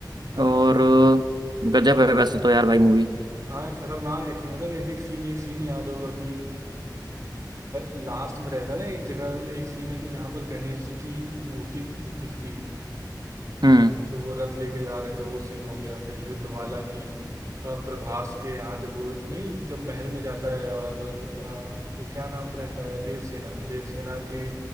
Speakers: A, on the right (about 40°); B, on the right (about 65°).
A: अच्छा
B: और अ, गजब है वैसे तो यार भाई मूवी
A: हाँ यार खतरनाक एक्टिंग मतलब एक एक सीन एक सीन याद होगा कि लास्ट में रहता है ना एक जगह एक सीन है कि जहाँ पर गणेश जी की मूर्ति दिखती है
B: हम्म
A: तो वो रथ लेके जा रहे थे वो सीन हो गया फिर युद्ध वाला की अ, प्रभास के यहाँ जब वो नहीं जब महल में जाता है और अ, वो क्या नाम रहता है देवसेना देवसेना के